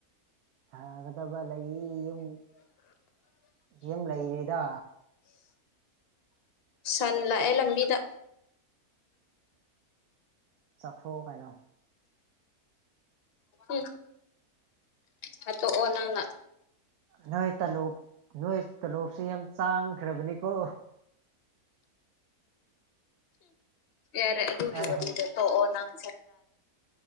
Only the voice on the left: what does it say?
ꯁꯟ ꯂꯥꯛꯑꯦ ꯂꯝꯕꯤꯗ
ꯎ ꯍꯥꯠꯇꯣꯛꯑꯣ ꯅꯪꯅ
ꯌꯥꯔꯦ ꯑꯗꯨꯨꯒꯤ
ꯋꯔꯤꯗꯣ
ꯇꯣꯛꯑꯣ ꯅꯪ